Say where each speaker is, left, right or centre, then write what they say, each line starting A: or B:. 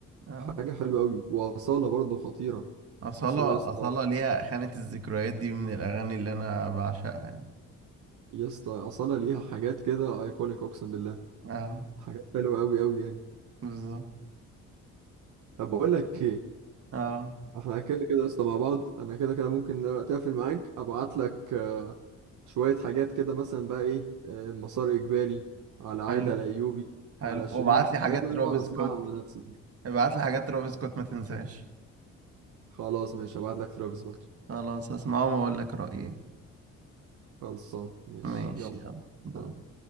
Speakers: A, on the right; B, on the right.
A: اه
B: حاجة حلوة أوي وأصالة برضه خطيرة
A: أصالة
B: يعني أصالة يا اسطى
A: أصالة ليها خانة الذكريات دي من الأغاني اللي أنا بعشقها يعني
B: يا اسطى أصالة ليها حاجات كده أيكونيك أقسم بالله
A: اه
B: حاجات حلوة أوي أوي يعني
A: بالظبط
B: طب بقول لك إيه
A: اه
B: احنا كده كده لسه مع بعض انا كده كده ممكن دلوقتي اقفل معاك ابعت لك آه، شوية حاجات كده مثلا بقى ايه آه، مسار اجباري على عايدة
A: حلو
B: الايوبي
A: حلو
B: على شيرين
A: وابعت لي حاجات
B: حاجات اللي
A: ترافيس
B: انا بقعد اسمعها
A: سكوت
B: مع نفسي
A: ابعت لي حاجات ترافيس سكوت ما تنساش
B: خلاص ماشي ابعت لك ترافيس برضو
A: خلاص هسمعهم واقول لك رأيي
B: خلصان ماشي
A: ماشي
B: يلا
A: يلا باي.
B: سلام.